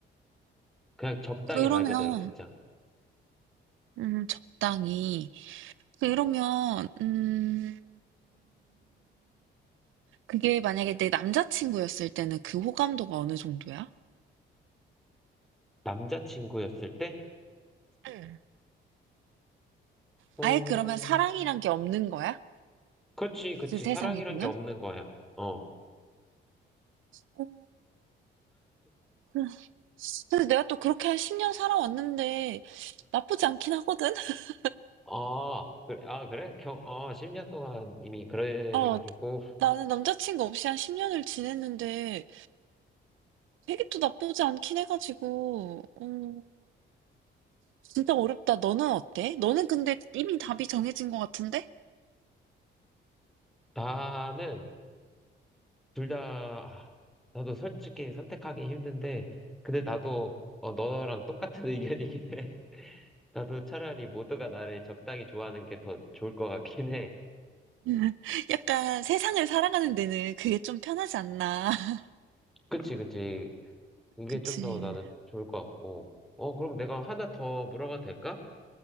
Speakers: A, in the centre; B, on the right.
A: 그냥 적당이야
B: 그러면
A: 말 그대로 진짜
B: 음, 적당히. 그러면 음, 그게 만약에 내 남자친구였을 때는 그 호감도가 어느 정도야?
A: 남자친구였을 때,
B: 응.
A: 어,
B: 아예 그러면 사랑이란 게 없는 거야?
A: 그렇지 그렇지
B: 그 세상에서는?
A: 사랑이란 게 없는 거야. 어,
B: 어, 그- 근데 내가 또 그렇게 한 10년 살아왔는데 나쁘지 않긴 하거든? <laughs>
A: 아 그래 아 그래 겨, 어 10년 동안 이미 그래가지고
B: 어, 나는 남자친구 없이 한 10년을 지냈는데 되게 또 나쁘지 않긴 해가지고, 음, 진짜 어렵다. 너는 어때? 너는 근데 이미 답이 정해진 것 같은데?
A: 나는 둘 다 아, 나도 솔직히 선택하기 힘든데 근데 나도 어, 너랑 똑같은 <laughs> 의견이긴 해. 나도 차라리 모두가 나를 적당히 좋아하는 게 더 좋을 것 같긴 해.
B: <laughs> 약간 세상을 살아가는 데는 그게 좀 편하지 않나. <laughs>
A: 그치, 그치. 이게
B: 그치.
A: 좀 더 나는 좋을 것 같고. 어, 그럼 내가 하나 더 물어봐도 될까?